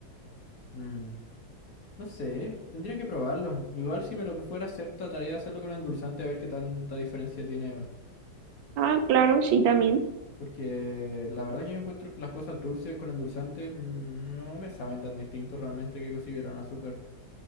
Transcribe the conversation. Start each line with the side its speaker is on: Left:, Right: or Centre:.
Left: Mm. No sé, tendría que probarlo. Igual si me lo fuera a hacer, trataría de hacerlo con endulzante a ver qué tanta diferencia tiene, weón.
Right: Ah, claro, sí, también.
Left: Porque la verdad que yo encuentro que las cosas dulces con endulzante mm, no me saben tan distinto realmente que si hubieran azúcar.